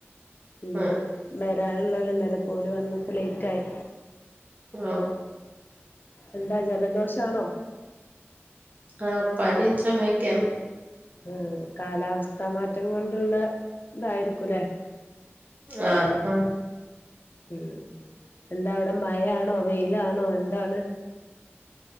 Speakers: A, on the left; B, on the right.
A: ഇന്ന്
B: ആ
A: ഉം വരാന്ള്ളോല്ണ്ടെയ്നു അപ്പൊ ഓല് വന്നപ്പ ലെയ്റ്റായി.
B: ആഹ്
A: എന്താ ജല ദോഷാണോ?
B: ആഹ് പനിം ചൊമയക്കേന്
A: ഉം കാലാവസ്ഥാ മാറ്റം കൊണ്ട്ള്ള ഇതായിരിക്കുംല്ലേ?
B: ആഹ് ആഹ്
A: ഉം എന്താ അവടെ മഴയാണോ വെയിലാണോ എന്താണ്?